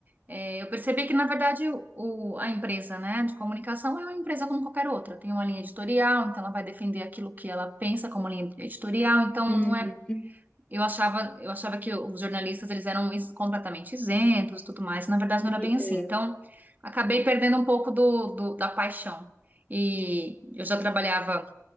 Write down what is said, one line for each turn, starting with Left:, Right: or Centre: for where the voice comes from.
Right: é, eu percebi que, na verdade, o, a empresa, né, de comunicação é uma empresa como qualquer outra. Tem uma linha editorial, então ela vai defender aquilo que ela pensa como linha editorial. Então,
Left: uhum.
Right: não é eu achava, eu achava que os jornalistas eles eram is- completamente isentos e tudo mais. Na verdade,
Left: E,
Right: não era bem assim.
Left: é,
Right: Então, acabei perdendo um pouco do, do- da paixão. E eu já trabalhava